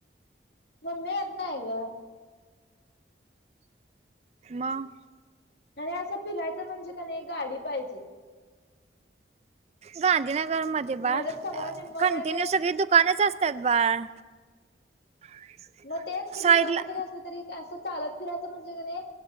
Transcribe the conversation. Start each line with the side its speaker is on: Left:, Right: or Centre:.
Left: मम्मी येत नाही ग.
Right: मग.
Left: आणि असं फिरायचं म्हणजे का नाही गाडी पाहिजे.
Right: गांधीनगर मध्ये. बाळ
Left: नाही तर सगळा
Right: अ
Left: निम्म
Right: कंटिन्यू
Left: वेळ ते
Right: सगळी दुकानच असतात बाळ. <inaudible>
Left: मग तेच की
Right: साईडला
Left: दुकानं जरी असली तरी असं चालत. फिरायच म्हणजे